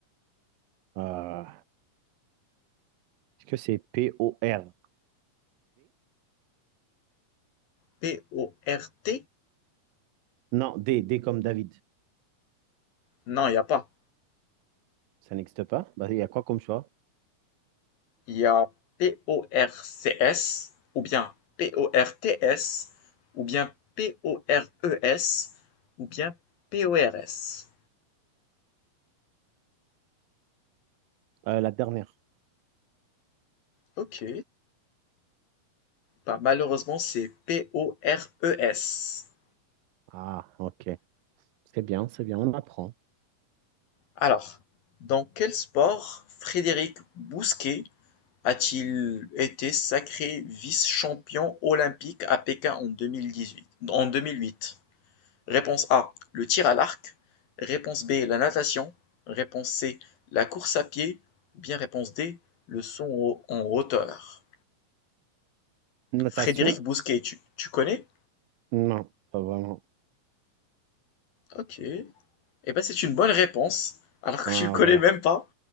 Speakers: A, on the right (about 80°); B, on the left (about 85°).
A: Euh, est-ce que c'est P-O-R-D?
B: P-O-R-T?
A: Non, D, D comme David.
B: Non, il n'y a pas.
A: Ça n'existe pas? Bah, il y a quoi comme choix?
B: Il y a P-O-R-C-S ou bien P-O-R-T-S ou bien P-O-R-E-S ou bien P-O-R-S.
A: Euh, la dernière.
B: Ok, bah, malheureusement c'est P-O-R-E-S.
A: Ah, ok. C'est bien, c'est bien, on apprend.
B: Alors, dans quel sport Frédéric Bousquet a-t-il été sacré vice-champion olympique à Pékin en deux mille dix-huit en 2008. Réponse A, le tir à l'arc. Réponse B, la natation. Réponse C, la course à pied. Ou bien réponse D, le son en hauteur.
A: Notation?
B: Frédéric Bousquet, tu, tu connais?
A: Non, pas vraiment.
B: Ok. Eh ben c'est une bonne réponse, alors que
A: Ah,
B: tu le connais
A: voilà.
B: même pas.